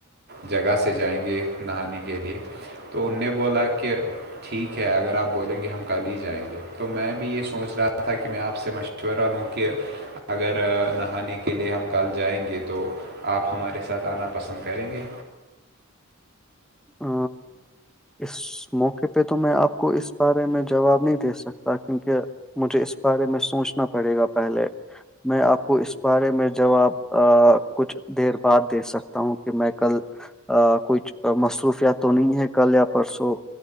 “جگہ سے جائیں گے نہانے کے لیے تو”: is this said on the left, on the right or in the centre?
Right